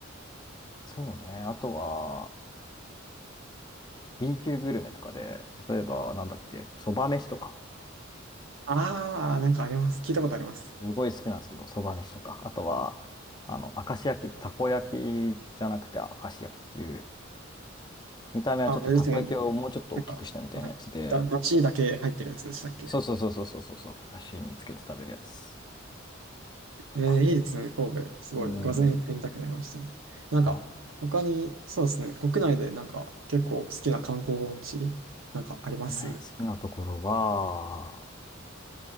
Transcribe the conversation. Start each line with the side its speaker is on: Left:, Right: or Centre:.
Left: そうね。あとは、B 級グルメとかで、例えば、なんだっけ、そば飯とか。
Right: ああ、なんかあります。聞いたことあります。
Left: すごい好きなんですけど、そば飯とか、あとは、あの、明石焼き、たこ焼きじゃなくて明石焼きっていう、見た目はちょっとたこ焼きをもうちょっと大きくしたみたいなやつで、
Right: あ、あれですよね。なんか、はいだ、だしだけ入ってるやつでしたっけ
Left: そうそうそうそうそうそうそう、だしにつけて食べるやつとか。
Right: えー、いいですね、神戸。すごい、
Left: うん。
Right: ゼン行ってみたくなりましたね。なんか、
Left: はい。
Right: 他に、そうですね、国内でなんか結構好きな観光地、なんかあります
Left: 国内好きなところは、